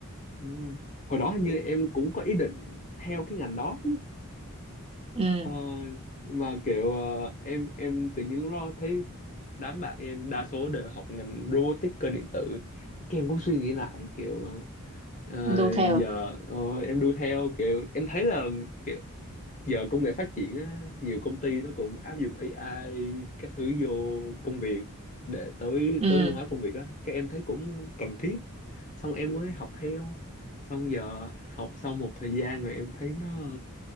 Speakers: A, on the left; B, on the right.
A: ừ. Hồi đó hình như em cũng có ý định theo cái ngành đó chứ.
B: ừ,
A: Ờ, mà kiểu ờ, em em tự nhiên lúc đó thấy đám bạn em đa số đều học ngành robotics cơ điện tử. Cái em cũng suy nghĩ lại kiểu ờ,
B: đu theo
A: giờ ờ, em đu theo kiểu em thấy là kiểu giờ công nghệ phát triển á, nhiều công ty nó cũng áp dụng AI các thứ vô công việc để tối
B: ừ,
A: tối ưu hóa công việc á các em thấy cũng cần thiết xong em mới học theo xong giờ học sau một thời gian rồi em thấy nó